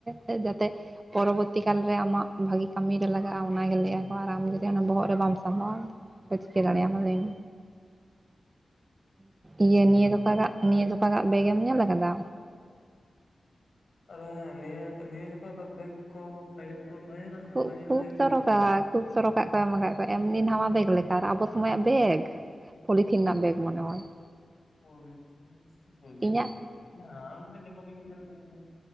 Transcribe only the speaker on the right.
ᱡᱮᱛᱮ ᱯᱚᱨᱚᱵᱚᱨᱛᱤ ᱠᱟᱞ ᱨᱮ ᱟᱢᱟᱜ ᱵᱷᱟᱜᱤ ᱠᱟᱹᱢᱤ ᱨᱮ ᱞᱟᱜᱟᱜᱼᱟ ᱚᱱᱟᱜᱮ
ᱞᱟᱹᱭ ᱟᱠᱚ ᱟᱨ ᱟᱢ ᱡᱮ ᱪᱮᱫ ᱦᱚᱸ ᱵᱚᱦᱚᱜ ᱨᱮ ᱵᱟᱢ ᱥᱟᱢᱵᱟᱣᱟ ᱚᱠᱟᱭ ᱪᱤᱠᱟᱹ ᱫᱟᱲᱮ ᱟᱢᱟ ᱞᱟᱹᱭ ᱢᱮ ᱤᱭᱟᱹ
ᱱᱤᱭᱟᱹ ᱡᱚᱠᱟᱜᱟᱜ ᱱᱤᱭᱟᱹ ᱡᱚᱠᱟᱜᱟᱜ ᱵᱮᱜᱽ ᱮᱢ ᱧᱮᱞ ᱠᱟᱫᱟ
ᱠᱷᱩᱵ
ᱠᱷᱩᱵ
ᱪᱚᱨᱚᱠᱟ
ᱠᱷᱩᱵ ᱪᱚᱨᱚᱠᱟᱜ ᱠᱚ ᱮᱢ ᱟᱠᱟᱫ ᱠᱚᱣᱟ ᱮᱢᱱᱤ ᱱᱟᱣᱟ ᱵᱮᱜᱽ ᱞᱮᱠᱟ ᱟᱨ ᱟᱵᱚ ᱥᱚᱢᱚᱭᱟᱜ ᱵᱮᱜᱽ ᱯᱚᱞᱤᱛᱷᱤᱱ ᱨᱮᱱᱟᱜ ᱵᱮᱜᱽ ᱢᱚᱱᱮ ᱦᱚᱭ ᱾
ᱤᱧᱟᱹᱜ